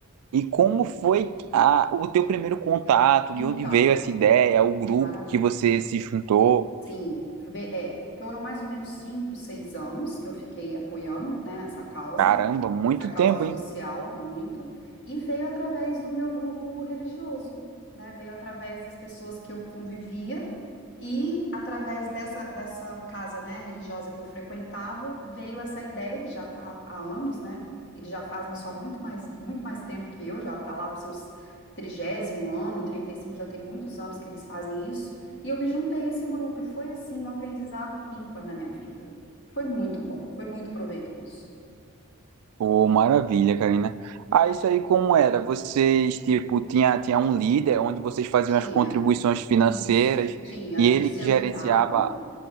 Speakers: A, on the right; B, on the left.
A: E como foi a- o teu primeiro contato?
B: Então,
A: De onde veio essa ideia? O grupo
B: maravilha.
A: que você se juntou?
B: Sim, vê- é, foram mais ou menos cinco, seis anos que eu fiquei apoiando, né, essa causa
A: Caramba, muito
B: essa causa
A: tempo,
B: social
A: hein?
B: muito, e veio através do meu grupo religioso, né? Veio através das pessoas que eu convivia e através dessa, dessa casa, né, religiosa que eu frequentava, veio essa ideia que já está há anos, né? Eles já fazem isso há muito mais, muito mais tempo que eu, já está lá para os seus trigésimo ano, 35 já tem muitos anos que eles fazem isso, e eu me juntei a esse grupo, e foi assim um aprendizado ímpar na minha vida. Foi muito bom, foi muito proveitoso.
A: Pô, maravilha, Karina. Ah, isso aí como era? Vocês, tipo, tinha, tinha um líder onde vocês faziam
B: Tinha.
A: as contribuições financeiras
B: Isso, tinha.
A: e
B: A gente
A: ele
B: se
A: que
B: ajudava,
A: gerenciava,